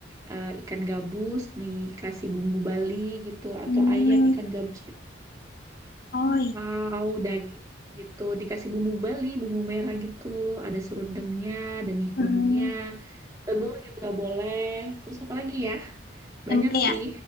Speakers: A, on the right; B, on the left.
A: eh, ikan gabus dikasih bumbu Bali gitu, atau
B: Hmm.
A: ayam ikan gabus juga,
B: Oh
A: atau
B: iya,
A: daging gitu dikasih bumbu Bali, bumbu merah gitu. Ada serundengnya, ada mihunnya,
B: Hmm.
A: telur juga boleh. Terus apa lagi ya?
B: tempe
A: Banyak
B: ya,
A: sih.